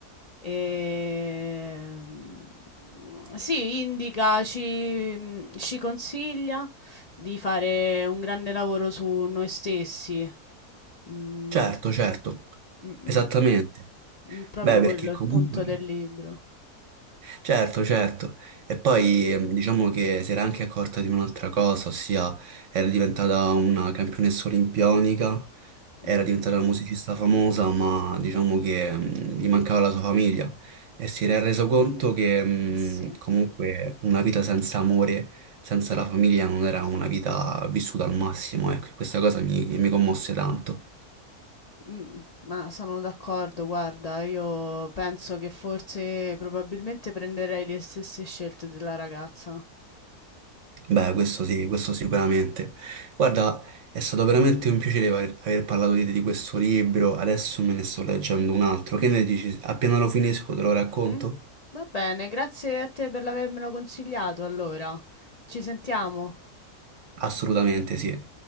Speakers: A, on the left; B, on the right.
A: Ehm, sì, indica, ci mhmm, ci consiglia di fare un grande lavoro su noi stessi. Mhmm,
B: Certo, certo,
A: mh-mh.
B: esattamente.
A: Mh, proprio
B: Beh, perché
A: quello è
B: comunque...
A: il punto del libro.
B: Certo, certo. E poi ehm, diciamo che si era anche accorta di un'altra cosa, ossia era diventata una campionessa olimpionica, era
A: Mh-mh.
B: diventata una musicista famosa, ma diciamo che ehm, gli mancava la sua famiglia e si era reso conto che ehm,
A: Eh sì.
B: comunque una vita senza amore, senza la famiglia non era una vita vissuta al massimo, ecco, e questa cosa mi, mi commosse tanto.
A: Mh, ma sono d'accordo, guarda, io penso che forse probabilmente prenderei le stesse scelte della ragazza.
B: Beh, questo sì, questo sicuramente. Guarda, è stato veramente un piacere aver, aver parlato di, di questo libro, adesso me ne sto leggendo un altro. Che ne dici? Appena lo finisco te lo racconto?
A: Mh-mh. Va bene, grazie a te per avermelo consigliato allora. Ci sentiamo.
B: Assolutamente sì.